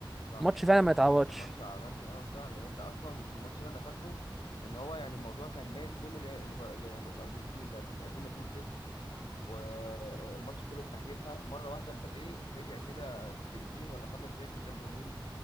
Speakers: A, on the left (about 70°); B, in the centre.
A: صح
B: ماتش
A: اه
B: فعلا
A: بصراحة
B: ما يتعوضش
A: هو كان ماتش عالمي اه فعلا يعني انت اصلا الماتش ده انا فاكره ان هو يعني الموضوع كان مايل كله ل- لب- ل- للارجنتين بقت متقدمة 2-0 والماتش كله في ناحيتها مرة واحدة مبابي رجع كده في دقيقتين ولا خمس دقايق كان جاب جونين